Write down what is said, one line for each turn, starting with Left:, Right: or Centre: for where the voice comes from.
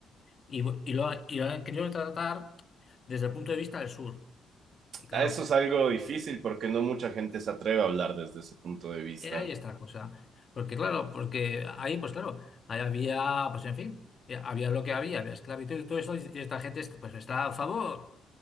Left: y, cinco, y, bu- y lo, ha- y lo han querido retratar desde el punto de vista del sur. Y claro,
Right: Ah, Eso es algo difícil porque no mucha gente se atreve a hablar desde ese punto de vista.
Left: eh, ahí está la cosa. Porque claro, porque ahí, pues claro, ahí había, pues en fin, eh, había lo que había, había esclavitud y todo eso, y esta gente es- pues está a favor.